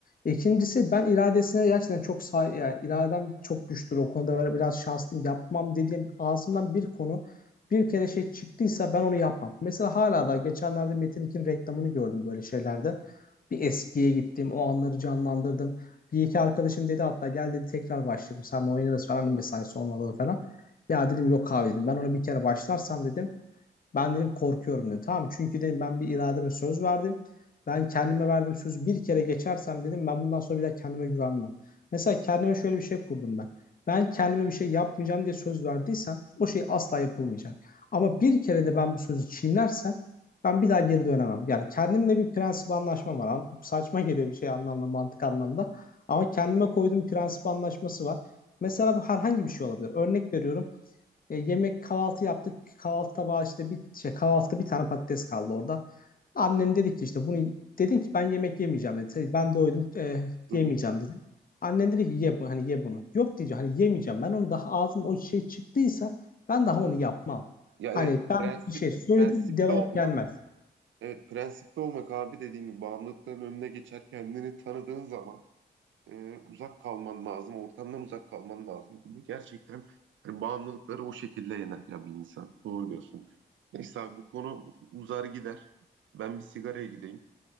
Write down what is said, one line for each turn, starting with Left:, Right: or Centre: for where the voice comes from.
Left: İkincisi ben iradesine gerçekten çok say yani iradem çok güçtür o konuda böyle biraz şanslıyım. Yapmam dediğim ağzımdan bir konu bir kere şey çıktıysa ben onu yapmam. Mesela hala da geçenlerde Metin 2'nin reklamını gördüm böyle şeylerde. Bir eskiye gittim, o anları canlandırdım. Bir iki arkadaşım dedi hatta gel dedi tekrar başlayalım. Sen oynarız falan mesai sonraları falan. Ya dedim yok abi dedim. Ben ona bir kere başlarsam dedim. Ben dedim korkuyorum dedim. Tamam çünkü dedim ben bir irademe söz verdim. Ben kendime verdiğim sözü bir kere geçersem dedim ben bundan sonra bir daha kendime güvenmem. Mesela kendime şöyle bir şey kurdum ben. Ben kendime bir şey yapmayacağım diye söz verdiysem o şey asla yapılmayacak. Ama bir kere de ben bu sözü çiğnersem ben bir daha geri dönemem. Yani kendimle bir prensip anlaşmam var. An- Saçma geliyor bir şey anlamda, mantık anlamda. Ama kendime koyduğum prensip anlaşması var. Mesela bu herhangi bir şey olabilir. Örnek veriyorum. E, yemek kahvaltı yaptık. Kahvaltı tabağı işte bir şey kahvaltıda bir tane patates kaldı orada. Annem dedi ki işte bunu dedim ki ben yemek yemeyeceğim dedi. Ben doydum e,
Right: Hı
Left: yemeyeceğim
Right: hı.
Left: dedim. Annem dedi ki ye bu- hani ye bunu. Yok diyeceğim hani yemeyeceğim. Ben onu daha ağzım o şey çıktıysa ben daha onu yapmam.
Right: Ya
Left: Hani
Right: evet
Left: ben
Right: prensip
Left: bir şey söyledim
Right: prensipli
Left: cevap
Right: olmak
Left: gelmez.
Right: Evet prensipli olmak abi dediğin gibi bağımlılıkların önüne geçer kendini tanıdığın zaman e, uzak kalman lazım, ortamdan uzak kalman lazım gibi. Gerçekten hani bağımlılıkları o şekilde yener ya bir insan. Doğru diyorsun. Neyse abi bu konu uzar gider. Ben bir sigaraya gideyim.